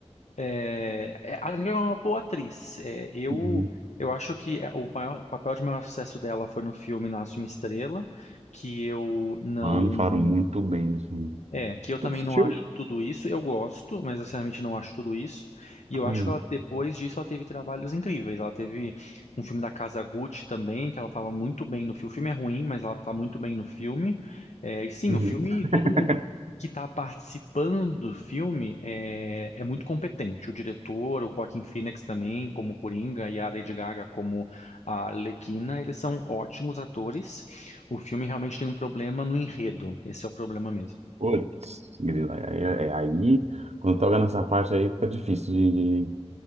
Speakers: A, on the left; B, on the right.
A: é, é- a Lady Gaga é uma boa atriz. É, eu,
B: Uhum.
A: eu acho que é, o maior o papel de maior sucesso dela foi no filme Nasce uma Estrela, que eu não
B: Mano, falaram muito bem nesse filme.
A: É, que eu também
B: Tu assistiu?
A: não acho tudo isso. Eu gosto, mas eu sinceramente não acho tudo isso. E eu
B: Uhum.
A: acho que ela, depois disso, ela teve trabalhos incríveis. Ela teve um filme da Casa Gucci também, que ela estava muito bem no filme. O filme é ruim, mas ela está muito bem no filme. É, e sim,
B: Uhum.
A: o filme,
B: <laughs>
A: todo mundo que está participando do filme é, é muito competente. O diretor, o Joaquin Phoenix também, como Coringa, e a Lady Gaga como a Arlequina, eles são ótimos atores. O filme realmente tem um problema no enredo. Esse é o problema mesmo.
B: Putz, grilo, aí, aí- aí, quando toca nessa parte aí, fica difícil de, de-